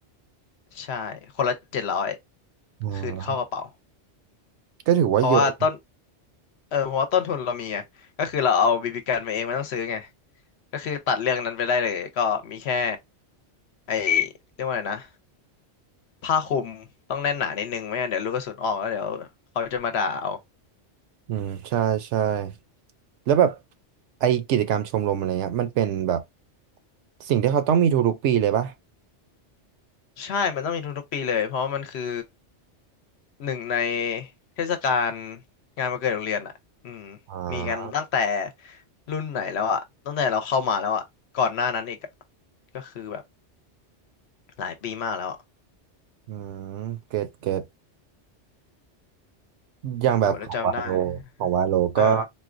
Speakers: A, on the left; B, on the right.
A: ใช่คนละเจ็ดร้อย
B: อ่า
A: คืนเข้ากระเป๋า
B: ก็ถือว่าเยอะ
A: เพราะว่าต้น เออเพราะว่าต้นทุนเรามีไง ก็คือเราเอาบีบีกันมาเองไม่ต้องซื้อไง ก็คือตัดเรื่องนั้นไปได้เลยก็มีแค่ไอเรียกว่าอะไรนะผ้าคลุมต้องแน่นหนานิดนึงไม่งั้นเดี๋ยวลูกกระสุนออกแล้วเดี๋ยวเขาจะมาด่าเอา
B: อืมใช่ใช่แล้วแบบไอกิจกรรมชมรมอะไรเงี้ยมันเป็นแบบสิ่งที่เขาต้องมีทุกๆปีเลยปะ
A: ใช่ มันต้องมีทุกๆปีเลยเพราะว่ามันคือหนึ่งในเทศกาลงานวันเกิดโรงเรียนอ่ะอืม
B: อ่า
A: มีกันตั้งแต่รุ่นไหนแล้วอ่ะตั้งแต่เราเข้ามาแล้วอ่ะก่อนหน้านั้นอีกอะก็คือแบบหลายปีมากแล้ว
B: อืมเก็ตเก็ต อย่างแบบของวาโลของวาโลก็
A: โอ้โหแล้วจำได้ เออ